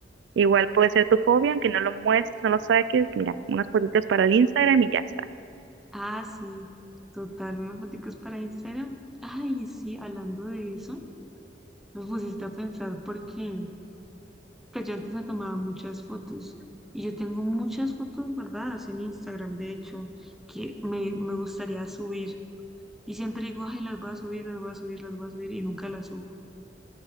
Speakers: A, on the right; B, in the centre.
A: igual puede ser tu hobby, aunque no lo muestres, no lo saques, mira, unas fotitos para el Instagram y ya está.
B: Ah, sí, total, unas foticos para Instagram. Ay, sí, hablando de eso, me pusiste a pensar porque pues yo antes me tomaba muchas fotos y yo tengo muchas fotos guardadas en Instagram, de hecho, que me, me gustaría subir. Y siempre digo, ay, las voy a subir, las voy a subir, las voy a subir y nunca las subo.